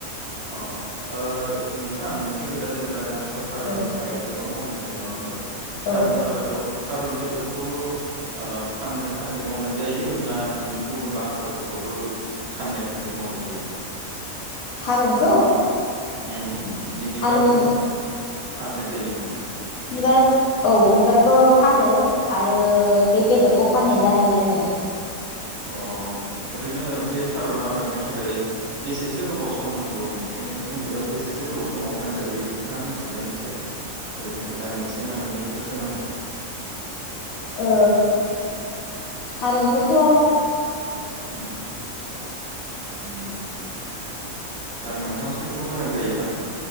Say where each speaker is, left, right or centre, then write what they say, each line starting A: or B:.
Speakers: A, on the right; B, on the left.
A: अ ओ नोंथां मोनसे खोथा जेनेबा दा थ थारुन
B: औ
A: आबाद गोबां मावना हायो नङा होमबा? थारुन
B: औ
A: आबादाव थारुन बेदरखौल' ओ फाननो थाखाय मावनाय जायो ना बिनि गुबुन बाहागोफोरखौबो फाननो थाखाय मावनाय जायो?
B: थारुनखौ?
A: उम बिनि बिबारफोर
B: थारुन
A: फाननाय जायो नामा
B: बिबार औ बिबारबो फानो आरो बे बेदरखौ फाननाय जाहैयो आरो
A: अ ओरैनो बे थारुन आबादनि थाखाय बेसेसो गोबाव सम नांगौ नोंसोर <unintelligible> ओ बेसेसो गोबाव समाव फानजायो नोंथाङा मिथियो मिथिया ओरैनो दान मोनसे ना मोननैफोरसो नांगौ?
B: ओ थारुनखोथ'
A: उम
B: <inaudible>
A: दान मोनथामसोखौ गोनां जायोदां